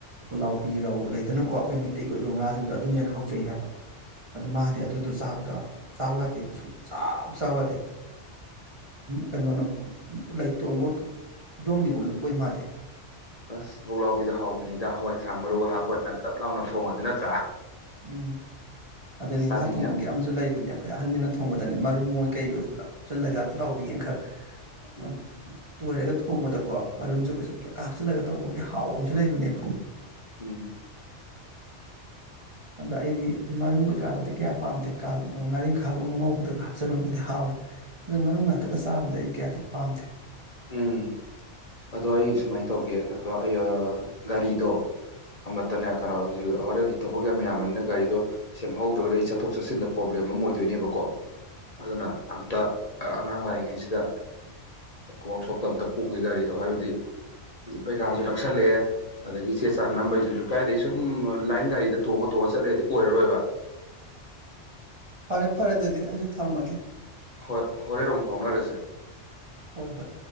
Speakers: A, on the right; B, on the left.
A: ꯄꯨꯂꯥꯎꯕꯤ ꯔꯧ ꯂꯩꯗꯅꯀꯣ ꯑꯩꯈꯣꯏ ꯃꯩꯇꯩꯒꯤ ꯑꯣꯏꯕ ꯉꯥꯁꯤꯡꯗꯣ ꯑꯗꯨꯅ ꯍꯦꯟꯅꯥ ꯍꯥꯎꯖꯩ ꯍꯥꯏꯕ ꯑ ꯃꯥꯗꯤ ꯑꯗꯨꯗꯣ ꯆꯥꯕꯗ ꯆꯥꯎ ꯁꯨꯡ ꯆꯥꯎꯛ ꯆꯥ ꯌꯥꯗꯦ ꯀꯩꯅꯣꯅ ꯂꯩꯇꯣꯟꯐꯥꯎ ꯈꯨꯗꯣꯝꯕꯤꯕꯧ ꯂꯨꯞꯄꯣꯏ ꯃꯥꯗꯤ
B: ꯑꯁ ꯄꯨꯛꯂꯎꯕꯤꯗꯣ ꯍꯥꯎꯕꯅꯤꯗ ꯍꯋꯥꯏ ꯊ꯭ꯔ ꯃꯔꯨꯒ ꯍꯥꯞꯄꯣꯠ ꯅꯞꯂꯞ ꯂꯥꯎꯅ ꯊꯣꯡꯉꯗꯤ ꯅꯠꯇ꯭ꯔꯥ
A: ꯎꯝ ꯑꯗꯅꯤ
B: ꯆꯥꯅꯤꯡꯉꯦ
A: ꯉꯥ ꯊꯣꯡꯕꯒꯤ
B: ꯌꯥꯝ
A: ꯑꯃꯁꯨ ꯂꯩꯕꯅꯤ ꯑꯩꯈꯣꯏ ꯑꯍꯟꯁꯤꯡꯅ ꯊꯣꯡꯕꯗꯅꯦ ꯃꯔꯨꯝ ꯃꯣꯏ ꯀꯩ ꯑꯣꯏ ꯄꯨꯂꯞ ꯍꯥꯞꯆꯜꯂꯒ ꯄꯨꯂꯥꯎꯕꯤꯒꯦ ꯑꯃꯈꯛ
B: ꯎꯝ
A: <unintelligible> ꯇꯣꯏꯔꯒ ꯊꯣꯡꯕꯗꯀꯣ ꯃꯔꯨꯝꯁꯨ ꯀꯩꯁꯨ ꯄꯨꯂꯞꯀ ꯍꯥꯞꯆꯤꯜꯂꯒ ꯇꯧꯕꯒꯤ ꯍꯥꯎ ꯑꯃꯁꯨ ꯂꯩꯕꯅꯦꯕ
B: ꯎꯝ
A: ꯑꯗ ꯑꯩꯗꯤ ꯃꯔꯨꯝ ꯀꯩꯀꯥꯒꯗꯤ ꯀꯌꯥ ꯄꯥꯝꯗꯦ ꯉꯥꯔꯤꯡꯈꯥꯒꯨꯝꯕ ꯉꯧꯕꯗꯒ ꯍꯥꯞꯆꯤꯟꯕꯒꯗꯤ ꯍꯥꯎꯏ ꯑꯗꯨ ꯃꯔꯨꯝ ꯉꯥꯛꯇꯒ ꯆꯥꯕꯗꯤ ꯑꯩ ꯀꯌꯥꯗꯤ ꯄꯥꯝꯗꯦ
B: ꯎꯝ ꯑꯗꯣ ꯑꯩ ꯁꯨꯃꯥꯏꯅ ꯇꯧꯒꯦ ꯅꯠꯇ꯭ꯔꯣ ꯑꯩ ꯒꯥꯔꯤꯗꯣ ꯑꯃꯠꯇꯅꯦ ꯀꯩꯅꯣ ꯍꯣꯔꯦꯟ ꯊꯕꯛ ꯌꯥꯝ ꯌꯥꯝ ꯅ ꯒꯥꯔꯤꯗꯣ ꯁꯦꯝꯍꯧ ꯅꯠꯇ꯭ꯔꯒꯗꯤ ꯑꯩ ꯆꯠꯊꯣꯛ ꯆꯠꯁꯤꯟꯗ ꯄ꯭ꯔꯣꯕ꯭ꯂꯦꯝ ꯑꯃ ꯑꯣꯏꯗꯣꯏꯅꯦꯕꯀꯣ ꯑꯗꯨꯅ ꯑꯝꯇ ꯑꯉꯥꯡ ꯂꯥꯛꯏꯉꯩꯁꯤꯗ ꯋꯥꯛꯁꯣꯞꯇ ꯑꯝꯇ ꯄꯨꯒꯦ ꯒꯥꯔꯤ ꯑꯗꯣ ꯍꯥꯏꯕꯗꯤ ꯄꯩꯈꯥꯁꯨ ꯅꯛꯁꯜꯂꯛꯑꯦ ꯑꯗꯒꯤ ꯆꯦ ꯆꯥꯛ ꯅꯝꯕꯩꯗꯨꯁꯨ ꯀꯥꯏꯗꯒꯤ ꯁꯨꯝ ꯂꯥꯏꯟ ꯒꯥꯔꯤꯗ ꯇꯣꯡꯉ ꯇꯣꯡꯉ ꯆꯠꯂꯩꯔ꯭ꯗꯤ ꯑꯣꯏꯔꯔꯣꯏꯕ
A: ꯐꯔꯦ ꯐꯔꯦ ꯑꯗꯨꯗꯤ ꯑꯩꯁꯨ ꯊꯝꯃꯒꯦ
B: ꯍꯣꯏ ꯍꯣꯔꯦꯟ ꯔꯣꯡ ꯐꯥꯎꯅꯔꯁꯦ
A: ꯍꯣꯏ ꯍꯣꯏ